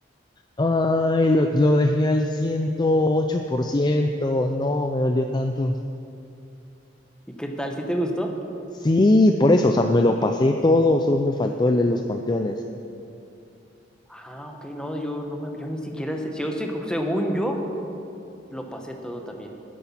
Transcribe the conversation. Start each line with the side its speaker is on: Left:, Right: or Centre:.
Left: Ay, lo, lo dejé al 108%. No, me dolió tanto.
Centre: ¿Y qué tal? ¿Sí te gustó?
Left: Sí, por eso, o sea, me lo pasé todo, solo me faltó el de los panteones.
Centre: Ah, ok, no, yo no me, yo ni siquiera sé. Yo sí, según yo, lo pasé todo también.